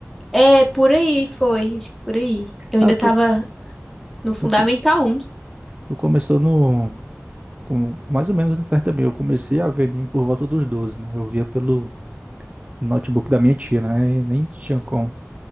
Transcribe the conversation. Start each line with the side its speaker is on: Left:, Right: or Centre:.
Centre: É, por aí foi. Acho que por aí. Eu ainda
Right: Ah,
Centre: tava
Right: tu,
Centre: no Fundamental
Right: tu, co-
Centre: 1.
Right: tu começou no, com, mais ou menos ali perto também. Eu comecei a ver anime por volta dos 12, né? Eu via pelo notebook da minha tia, né? E nem tinha como.